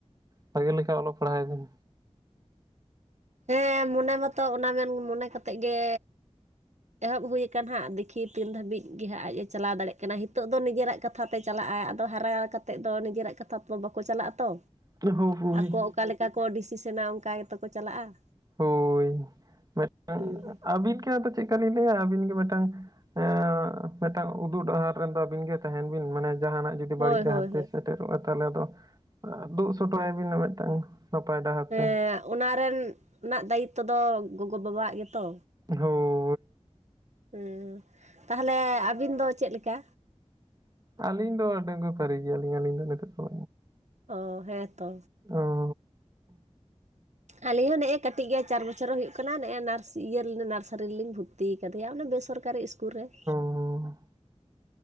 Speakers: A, on the right (about 35°); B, on the right (about 80°).
A: ᱵᱷᱟᱜᱮ ᱞᱮᱠᱟ ᱚᱞᱚᱜ ᱯᱟᱲᱦᱟᱣ ᱮ ᱵᱤᱱ᱾
B: ᱦᱮᱸ ᱢᱚᱱᱮ ᱢᱟᱛᱚ ᱚᱱᱟ ᱜᱮ ᱢᱚᱱᱮ ᱠᱟᱛᱮ ᱜᱮ ᱮᱦᱚᱵᱽ ᱦᱩᱭ ᱟᱠᱟᱱᱟ ᱦᱟᱸᱜ ᱫᱤᱠᱷᱤ ᱛᱤᱱ ᱫᱷᱟᱹᱵᱤᱡᱽ ᱜᱮ ᱦᱟᱸᱜ ᱟᱡ ᱮ ᱪᱟᱞᱟᱣ ᱫᱟᱲᱮᱭᱟᱜ ᱠᱟᱱᱟ, ᱦᱤᱛᱚᱜ ᱫᱚ ᱱᱤᱡᱮᱨᱟᱜ ᱠᱟ ᱛᱷᱟ ᱛᱮ ᱪᱟᱞᱟᱜ ᱟᱭ ᱟᱫᱚ ᱦᱟᱨᱟ ᱠᱟᱛᱮᱫ ᱫᱚ ᱱᱤᱡᱮᱨᱟᱜ ᱠᱟᱛᱷᱟ ᱛᱚ ᱵᱟᱠᱚ ᱪᱟᱞᱟᱜᱼᱟ ᱛᱚ᱾
A: <unintelligible>
B: ᱟᱠᱚ ᱚᱠᱟ ᱞᱮᱠᱟ ᱠᱚ ᱰᱤᱥᱤᱥᱮᱱᱟ ᱚᱝᱠᱟ ᱜᱮᱛᱚ ᱠᱚ ᱪᱟᱞᱟᱜᱼᱟ,
A: ᱦᱳᱭ, ᱢᱮᱫᱴᱟᱝ
B: ᱦᱩᱸ
A: ᱟᱹᱵᱤᱱ ᱜᱮ ᱟᱫᱚ ᱪᱮᱫ ᱠᱟ ᱞᱤᱧ ᱞᱮᱹᱭᱟ? ᱟᱵᱤᱱ ᱜᱮ ᱢᱤᱫᱴᱟᱝ ᱦᱮᱸ ᱢᱮᱫᱴᱟᱝ ᱩᱫᱩᱜ ᱰᱟᱦᱟᱨ ᱨᱮᱱ ᱫᱚ ᱟᱹᱵᱤᱱ ᱜᱮ ᱛᱟᱦᱮᱸᱱ ᱵᱤᱱ, ᱢᱟᱱᱮ ᱡᱟᱦᱱᱟᱜ ᱡᱩᱫ
B: ᱦᱳᱭ
A: ᱵᱟᱹᱲᱤᱡᱽ
B: ᱦᱳᱭ
A: ᱰᱟᱦᱟᱨ
B: ᱦᱳᱭ
A: ᱛᱮ ᱥᱮᱴᱮᱨᱚᱜᱼᱟ ᱛᱟᱦᱞᱮ ᱟᱫᱚ, ᱫᱩᱜ ᱥᱳᱛᱳᱜᱼᱟᱭ ᱵᱤᱱ ᱢᱮᱜᱴᱟᱝ᱾ ᱱᱟᱯᱟᱭ ᱰᱟᱦᱟᱨ
B: ᱦᱮᱸ
A: ᱛᱮ᱾
B: ᱚᱱᱟ ᱨᱮᱱ ᱱᱟᱜ ᱫᱟᱭᱤᱛᱛᱚ ᱫᱚ ᱜᱚᱜᱚ-ᱵᱟᱵᱟ ᱟᱜ ᱜᱮᱛᱚ᱾
A: ᱦᱳ
B: ᱩᱸᱻ ᱛᱟᱦᱞᱮ ᱟᱹᱵᱤᱱ ᱫᱚ ᱪᱮᱜ ᱞᱮᱠᱟ?
A: ᱟᱞᱤᱧ ᱫᱚ ᱰᱟᱹᱝᱜᱽᱣᱟᱹ ᱯᱟᱹᱨᱤ ᱜᱮᱭᱟᱞᱤᱧ ᱟᱞᱤᱧ ᱫᱚ ᱱᱤᱛᱚᱜ ᱫᱚ᱾
B: ᱚᱻ ᱦᱮᱸᱛᱚ᱾
A: ᱚᱻ
B: ᱟᱹᱞᱤᱧ ᱦᱚᱸ ᱱᱮᱜᱼᱮ ᱠᱟᱴᱤᱡ ᱜᱮᱭᱟᱭ ᱪᱟᱨ ᱵᱚᱪᱷᱚᱨ ᱦᱩᱭᱩᱜ ᱠᱟᱱᱟ ᱱᱮᱜᱼᱮ ᱱᱟᱨᱥ ᱤᱭᱟᱹᱨ ᱱᱟᱨᱥᱟᱨᱤ ᱨᱮᱞᱤᱧ ᱵᱷᱩᱛ ᱛᱤ ᱠᱟᱫᱮᱭᱟ ᱚᱱᱮ ᱵᱮᱥᱚᱨᱠᱟᱨᱤ ᱤᱥᱠᱩᱞ ᱨᱮ ᱾
A: ᱦᱩᱸ᱾